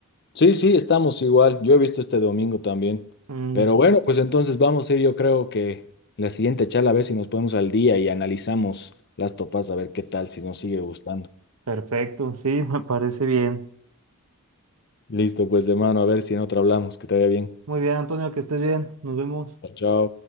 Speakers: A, on the left; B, on the right.
A: Sí, sí, estamos igual. Yo he visto este domingo también.
B: Mm,
A: Pero bueno, pues entonces vamos a ir, yo creo que la siguiente charla a ver si nos ponemos al día y analizamos las tofas a ver qué tal, si nos sigue gustando.
B: perfecto, sí, <laughs> me parece bien.
A: Listo, pues de mano, a ver si en otra hablamos. Que te vaya bien.
B: Muy bien, Antonio, que estés bien. Nos vemos.
A: Chao, chao.